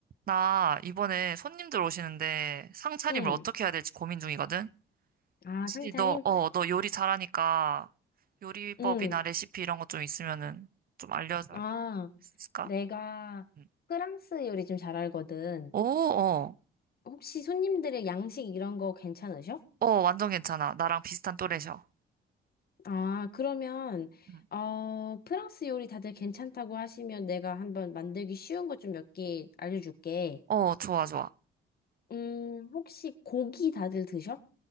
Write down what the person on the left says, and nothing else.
응.
아,
상차림?
응.
아,
내가
프랑스 요리 좀 잘 알거든.
혹시 손님들의 양식 이런 거 괜찮으셔?
아, 그러면,
어, 프랑스 요리 다들 괜찮다고 하시면 내가 한번 만들기 쉬운 것 좀 몇 개 알려줄게.
음, 혹시 고기 다들 드셔?